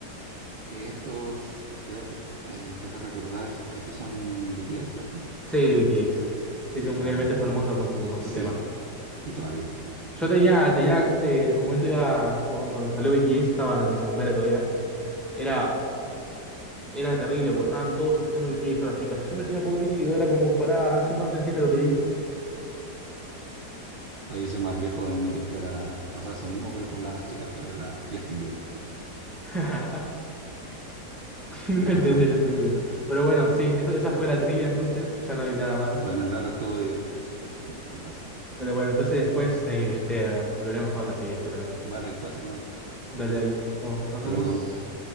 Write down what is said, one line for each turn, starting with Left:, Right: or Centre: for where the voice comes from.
Right: Eh, Estos, creo que, eh, deja recordar, estos son BTS, ¿cierto?
Centre: Sí, BTS.
Right: Sí,
Centre: Se hizo
Right: la
Centre: mundialmente
Right: verdad que
Centre: famoso
Right: fue.
Centre: con su,
Right: <laughs>
Centre: con
Right: Sí,
Centre: su tema.
Right: y todavía.
Centre: Yo tenía, tenía, eh, en su momento iba, cu- cuando salió BTS, estaba en la secundaria todavía. Era Era terrible porque estaban todos escuchando BTS y todas las chicas. Yo me tenía podrido, era como pará, encima no se entiende lo que dice.
Right: No, yo soy más viejo, en mi tiempo era pasar eso mismo, pero con las chicas, pero era Justin Bieber.
Centre: <laughs> Nunca
Right: Bueno,
Centre: entendí
Right: <laughs>
Centre: a Justin Bieber. Pero bueno, sí, eso- esa fue
Right: bueno,
Centre: la trivia entonces, ya no hay nada más.
Right: bueno, la verdad estuvo divertido sí. <laughs> y fácil.
Centre: Pero bueno, entonces después eh, te eh, volveremos con otra trivia, seguramente.
Right: Vale, después hacemos otro.
Centre: Dale, dale. Bueno, nos
Right: Hasta
Centre: vemos.
Right: luego.